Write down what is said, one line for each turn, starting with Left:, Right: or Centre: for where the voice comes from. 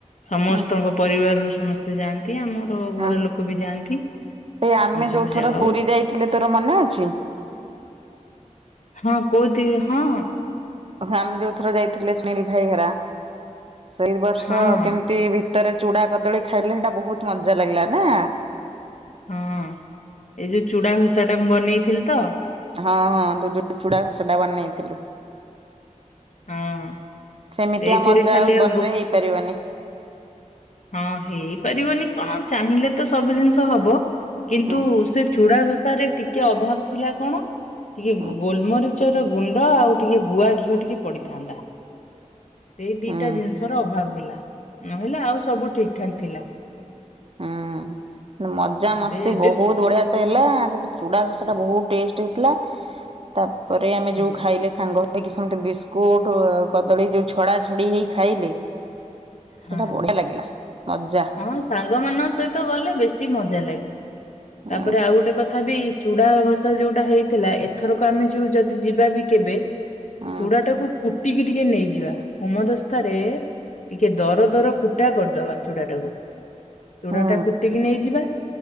Left: ସମସ୍ତଙ୍କ
Right: ହୁଁ
Left: ପରିବାରରୁ ସମସ୍ତେ ଯାଆନ୍ତି ଆମର
Right: ହଁ।
Left: ଘର ଲୋକ ବି ଯାଆନ୍ତି।
Right: ଏଇ ଆମେ
Left: ସବୁ
Right: ଯୋଉଥର
Left: ଯାଉ
Right: ପୁରୀ ଯାଇଥିଲେ ତୋର ମନେ ଅଛି?
Left: ହଁ କୋଉଥି ହଁ।
Right: ଓହୋ ଆମେ ଯୋଉ ଥର ଯାଇଥିଲେ ସୁନୀଲ ଭାଇ ହେରା ସେଇ ବର୍ଷ
Left: ହଁ
Right: କେମିତି ଭୀତରେ ଚୁଡା କଦଳୀ ଖାଇଲେ ହେଟା ବହୁତ ମଜା ଲାଗିଲା ନା।
Left: ହଁ ଏଇ ଯୋଉ ଚୁଡା ଘସାଟା ମୁଁ ବନେଇଥିଲି ତ?
Right: ହଁ ହଁ ତୁ ଯୋଉ ଚୁଡା ସେଟା ବନେଇଥିଲୁ।
Left: ହଁ
Right: ସେମିତିଆ
Left: ସେଇଥିରେ
Right: ମଜା
Left: ଖାଲି
Right: ଆଉ ଜୀବନ
Left: ଗୋ
Right: ରେ ହେଇପାରିବନି।
Left: ହଁ ହେଇପାରିବନି କଣ ଚାହିଁଲେ ତ ସବୁ ଜିନିଷ ହବ। କିନ୍ତୁ
Right: ହୁଁ
Left: ସେ ଚୂଡା ଘଷାରେ ଟିକେ ଅଭାବ ଥିଲା କଣ ଟିକେ
Right: ହୁଁ
Left: ଗୋ ଗୋଲମରି ମରିଚର ଗୁଣ୍ଡ ଆଉ ଟିକେ ଗୁଆ ଘିଅ ଟିକେ ପଡିଥାନ୍ତା। ସେଇ ଦିଟା
Right: ହୁଁ।
Left: ଜିନିଷର ଅଭାବ ହେଲା ନହେଲେ ଆଉ ସବୁ ଠିକ୍ ଠାକ୍ ଥିଲା।
Right: ହୁଁ ମଜା
Left: ଏବେ
Right: ମସ୍ତି
Left: ଏବେ
Right: ବହୁତ ବଢିଆ ହେଲା ତାପରେ ଚୁଡା ଘସାଟା ବହୁତ ଟେଷ୍ଟ ହେଇଥିଲା। ତାପରେ ଆମେ
Left: ହୁଁ
Right: ଯୋଉ ଖାଇଲେ ସାଙ୍ଗ ହେଇକି ସମସ୍ତେ ବିସ୍କୁଟ କଦଳୀ ଯୋଉ ଛଡା ଛଡି ହେଇ ଖାଇଲେ।
Left: ହଁ
Right: ସେଟା ବଢିଆ ଲାଗିଲା ମଜା
Left: ହଁ ସାଙ୍ଗ ମାନଙ୍କ ସହିତ ଗଲେ ବେଶି ମଜା ଲାଗେ।
Right: ଉଁ
Left: ତାପରେ ଆଉ ଗୋଟେ କଥା ବି ଚୁଡା ଘସା ଯୋଉଟା ହେଇଥିଲା ଏଥରକ ଆମେ ଯୋଉ ଯଦି ଯିବା ବି କେବେ
Right: ଉଁ
Left: ଚୁଡା ଟାକୁ କୁଟିକି ଟିକେ ନେଇଯିବା। ହୋମଦସ୍ତ ରେ ଟିକେ ଦର ଦର କୁଟା କରିଦବା ଚୁଡା ଟାକୁ। ଚୁଡ଼ା
Right: ହୁଁ
Left: ଟା କୁଟିକି ନେଇଯିବା।